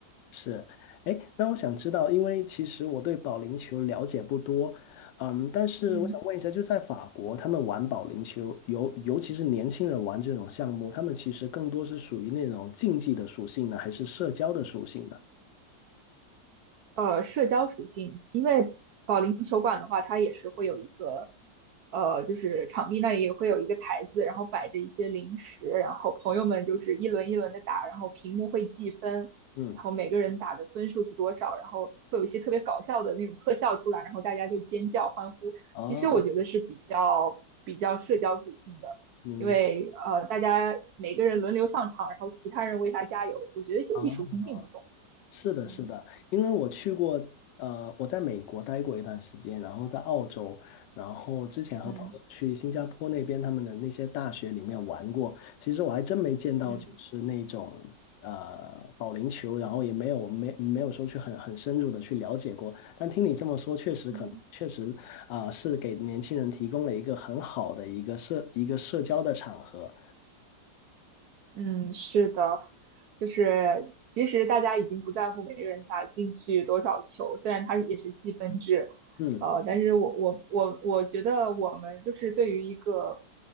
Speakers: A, on the left; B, on the right.
A: 是，哎，那我想知道，因为其实我对保龄球了解不多，嗯，但是我想问一下，
B: 嗯。
A: 就在法国，他们玩保龄球，尤尤其是年轻人玩这种项目，他们其实更多是属于那种竞技的属性呢，还是社交的属性呢？
B: 呃社交属性，因为保龄球馆的话，它也是会有一个呃，就是场地那里也会有一个台子，然后摆着一些零食，然后朋友们就是一轮一轮的打，然后屏幕会计分，
A: 嗯，
B: 然后每个人打的分数是多少，然后会有一些特别搞笑的那种特效出来，然后大家就尖叫欢呼。
A: 哦，
B: 其实我觉得是比较比较社交属性的。
A: 明，
B: 因为呃，大家每个人轮流上场，然后其他人为他加油，我觉得竞技属性并不重。
A: 啊，是的，
B: 嗯
A: 是的，因为我去过，呃，我在美国待过一段时间，然后在澳洲，然后之前和朋友去新加坡那边他们的那些大学里面玩过，
B: 嗯
A: 其实我还真没见到就是那种呃保龄球，
B: 嗯。
A: 然后也没有没没有说去很很深入的去了解过，但听你这么说，确实可能确实啊，
B: 嗯
A: 是给年轻人提供了一个很好的一个社一个社交的场合，
B: 嗯，是的，就是其实大家已经不在乎每个人打进去多少球，虽然它也是积分制，
A: 嗯，
B: 呃，但是我我我我觉得我们就是对于一个，